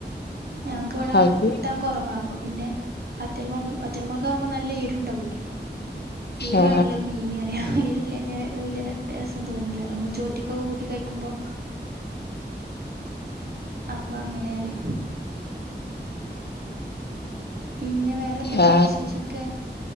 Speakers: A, on the right (about 60°); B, on the left (about 65°).
A: ഞാങ്ങ്ക്ക് ഇവിടാ
B: അത്
A: കിട്ടാൻ കൊറവാ അപ്പൊ പിന്നെ വറ്റൽമൊൾക് വറ്റൽമൊളകാവുമ്പോ നല്ല എരുണ്ടാവൂല്ലോ എരുവാണല്ലോ
B: ആ
A: മീന് റയ എരുല്ലാതെ ഒരു വല്യ ര രസം തോന്നുല്ലല്ലോ അമ്മൾ ചോറ്റ്ക്കൊ കൂട്ടി കയ്ക്കുമ്പോ അപ്പൊ അങ്ങനെ അറയ പിന്നെ വേറെന്തൊക്കെയാ
B: ആ
A: വിശേഷൊക്കെ